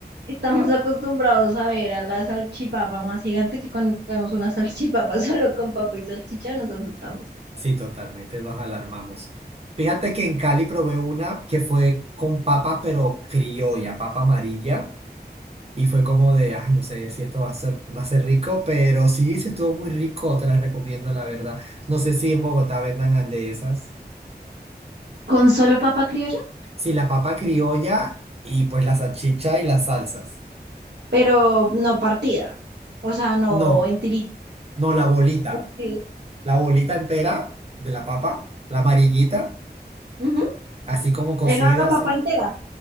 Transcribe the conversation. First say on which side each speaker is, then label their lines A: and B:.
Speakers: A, on the right; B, on the right.
A: estamos acostumbrados a ver a la salchipapa más gigante que cuando vemos una salchipapa <laughs> solo con papa y salchicha, nosotros estamos.
B: Sí, totalmente, nos alarmamos. Fíjate que en Cali probé una que fue con papa, pero criolla, papa amarilla. Y fue como de, ay, no sé si esto va a ser, va a ser rico, pero sí, sí estuvo muy rico, te las recomiendo, la verdad. No sé si en Bogotá vendan andesas.
A: ¿Con solo papa criolla?
B: Sí, la papa criolla y pues la salchicha y las salsas.
A: pero no partida, o sea, no
B: No,
A: en tirito.
B: no, la bolita.
A: Ok.
B: La bolita entera de la papa, la amarillita,
A: Ujú,
B: así como cocida,
A: Era la papa
B: así.
A: entera.